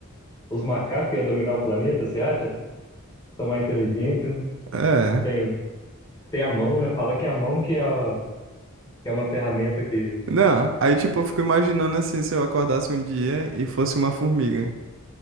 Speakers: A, on the left (about 20°); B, on the right (about 60°).
A: os macacos iam dominar o planeta, você acha? São mais inteligentes, né?
B: é.
A: Tem, tem a mão, né? Fala que é a mão que é, a- que é uma ferramenta que,
B: Não, aí tipo, eu fico imaginando assim, se eu acordasse um dia e fosse uma formiga.